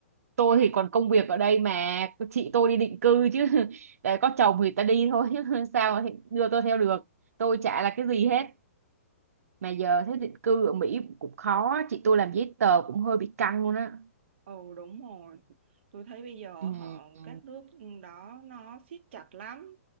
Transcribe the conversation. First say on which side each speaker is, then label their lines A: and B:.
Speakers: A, on the right; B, on the right.
A: tôi thì còn công việc ở đây mà chị tôi đi định cư chứ <laughs> để có chồng thì ta đi thôi chứ <laughs> sao thì đưa tôi theo được tôi chả là cái gì hết mà giờ thế định cư ở Mỹ cũng khó chị tôi làm giấy tờ cũng hơi bị căng luôn á
B: Ồ đúng rồi, tôi thấy bây giờ
A: ừ,
B: họ
A: ừ,
B: các nước đó nó siết chặt lắm,